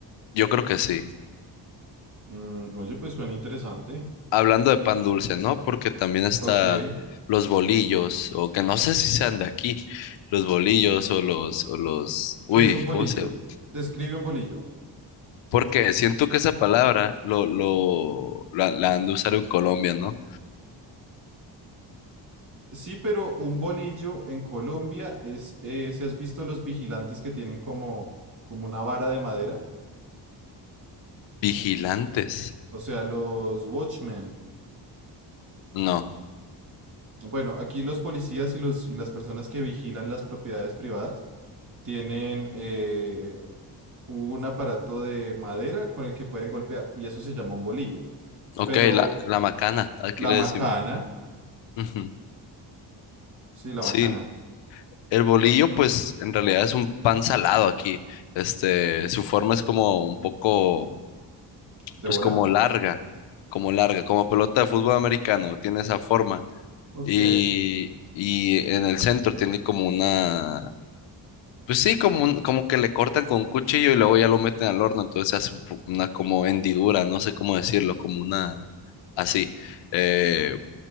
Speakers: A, on the left; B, on the right.
A: Yo creo que sí.
B: Mm, oye, pues suena interesante.
A: hablando de pan dulce, ¿no? Porque también está
B: Ok. ¿Qué
A: los bolillos, o que no sé si sean de aquí, los bolillos o los, o los, uy,
B: es un bolillo?
A: ¿cómo se llama?
B: De- describe un bolillo.
A: Porque siento que esa palabra lo, lo, la, la han de usar en Colombia, ¿no?
B: Sí, pero un bolillo en Colombia es, eh, si has visto los vigilantes que tienen como, como una vara de madera,
A: Vigilantes.
B: o sea, los watchmen.
A: No.
B: Bueno, aquí los policías y, los, y las personas que vigilan las propiedades privadas tienen eh, un aparato de madera con el que pueden golpear y eso se llama un bolillo.
A: Ok,
B: Pero
A: la, la macana, aquí
B: la
A: le
B: macana,
A: decimos. Ujú.
B: sí, la
A: Sí.
B: macana
A: El bolillo, pues, en realidad es un pan salado aquí. Este, su forma es como un poco
B: de
A: pues
B: bola,
A: como larga, como larga, como pelota de fútbol americano, tiene esa forma.
B: ok.
A: Y, y en el centro tiene como una, pues sí, como, un- como que le cortan con un cuchillo y luego ya lo meten al horno, entonces se hace un po- una como hendidura, no sé cómo decirlo, como una, así, eh,